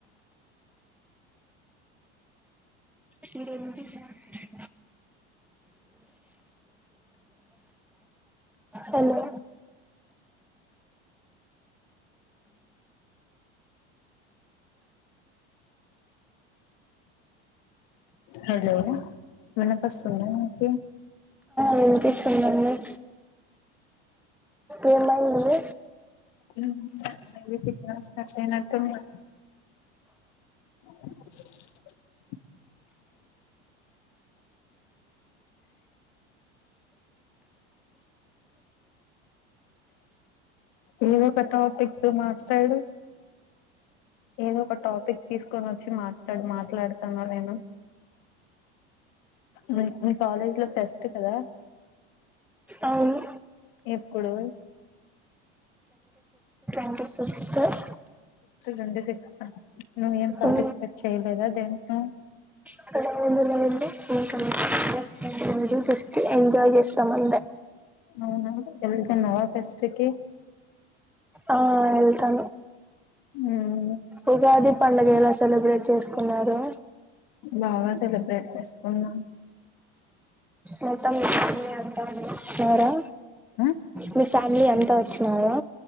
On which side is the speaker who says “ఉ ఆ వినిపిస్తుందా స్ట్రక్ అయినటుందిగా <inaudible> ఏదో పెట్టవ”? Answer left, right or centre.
Left